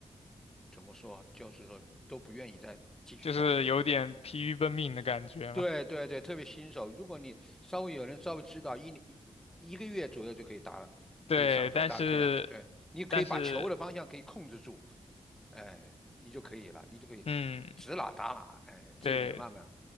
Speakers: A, in the centre; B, on the left (about 60°).
A: 怎么说啊，就是说都不愿意再继续下去了。
B: 就是有点疲于奔命的感觉嘛。
A: 对对对，特别新手，如果你稍微有人稍微指导，一年一一个月左右就可以打了，
B: 对，
A: 可以上手打得可以啊。
B: 但是，
A: 对，你可以把球的方向可以控制住，
B: 但是，
A: 哎，你就可以了，你就可以指哪打哪，
B: 嗯，
A: 哎，这一点慢慢
B: 对，